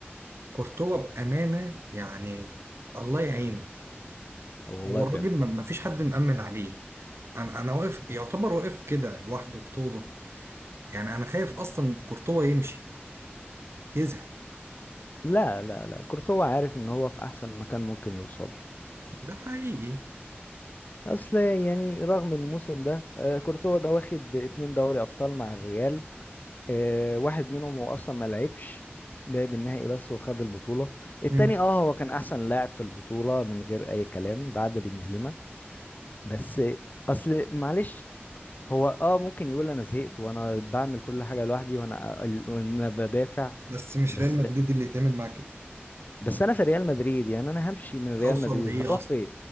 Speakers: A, on the right (about 80°); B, on the left (about 45°).
A: كورتوا بامانه يعني الله يعينه
B: والله
A: هو الراجل
B: بجد
A: ما ما فيش حد مأمن عليه يعني انا انا واقف يعتبر واقف كده لوحده بطوله يعني انا خايف اصلا كورتوا يمشي يزهق
B: لا لا لا كورتوا عارف ان هو في احسن مكان ممكن يوصل له
A: ده حقيقي
B: اصل يعني رغم الموسم ده آه، كورتوا ده واخد اتنين دوري ابطال مع الريال آه، واحد منهم هو اصلا ما لعبش لعب النهائي بس وخد البطولة التاني
A: مم.
B: اه هو كان احسن لاعب في البطولة من غير اي كلام بعد بنزيما بس اصل معلش هو اه ممكن يقول انا زهقت وانا بعمل كل حاجة لوحدي وانا وانا بدافع
A: بس مش
B: بس
A: ريال مدريد اللي يتعمل معاه كده
B: بس انا في ريال مدريد يعني انا همشي من ريال
A: هوصل
B: مدريد
A: لإيه
B: هروح
A: أصلا
B: فين